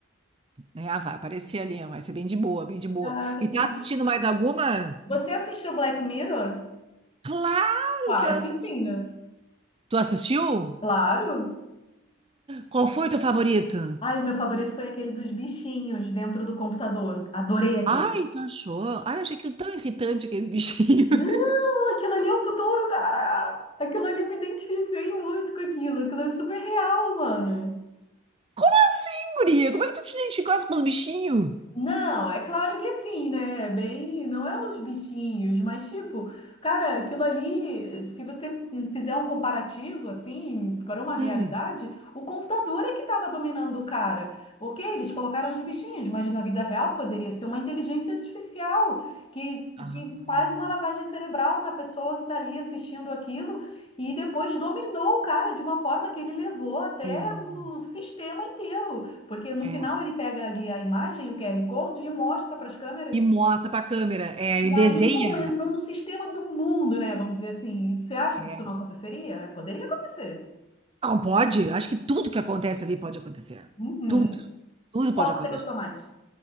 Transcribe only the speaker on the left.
Caraca,
que maneiro.
Você assistiu Black Mirror?
Claro
que sim, né?
Claro.
Ai, o meu favorito foi aquele dos bichinhos dentro do computador. Adorei aquele.
Não,
aquilo ali é o futuro, cara. Aquilo ali me identifiquei muito com aquilo. Aquilo é super real, mano.
Não, é claro que assim, né? É Bem, não é os bichinhos, mas tipo, cara, aquilo ali, se você fizer um comparativo assim para uma realidade,
o computador é que estava dominando o cara. Ok, eles colocaram os bichinhos, mas na vida real poderia ser uma inteligência artificial que,
que faz uma lavagem cerebral na pessoa que está ali assistindo aquilo e depois dominou o cara de uma forma que ele levou até
o sistema inteiro. Porque no
final ele pega ali a imagem, o QR Code, e mostra para as câmeras.
E
aí, pum,
entrou no sistema do mundo, né? Vamos dizer assim. Você acha
que isso não aconteceria? É, Poderia acontecer.
Uhum.
Qual
que você gostou mais?